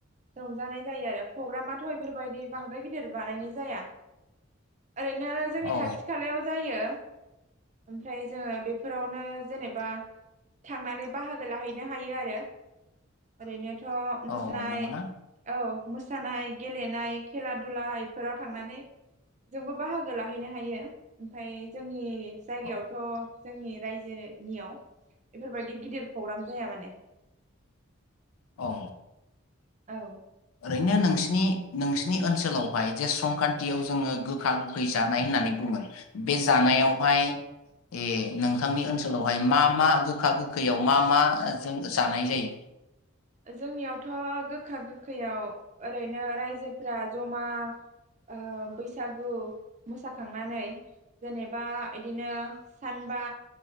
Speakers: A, on the right (about 35°); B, on the left (about 80°).
A: रंजानाय जायो आरो प्रग्रामाथ' बेफोरबायदि बांद्राय गिदिर बानायनाय जाया। ओरैनो जोंनि
B: औ
A: खाथि खालायाव जायो। ओमफ्राय जोङो बेफोरावनो जेनेबा थांनानै बाहागो लाहैनो हायो आरो ओरैनो थ' मोसानाय
B: औ नंगौना
A: औ मोस सानाय गेलेनाय खेला दुलाय फोराव थांनानै जोंबो बाहागो लाहैनो हायो ओमफ्राय जोंनि जायगायावथ'
B: औ
A: जोंनि रायजोनियाव एफोरबायदि गिदिर प्रग्राम जाया माने
B: औ।
A: औ।
B: ओरैनो नोंसिनि नोंसिनि ओनसोलावहाय जे संख्रान्थियाव जोङो गोखा गोखै जानाय होननानै बुङो बे जानायावहाय ए नोंथांनि ओनसोलावहाय मा मा गोखा गोखैयाव मा मा जों जानाय जायो?
A: जोंनियावथ' गोखा गोखैयाव ओरैनो रायजोफोरा जमा ओ बैसागु मोसाखांनानै जेनेबा इदिनो सानबा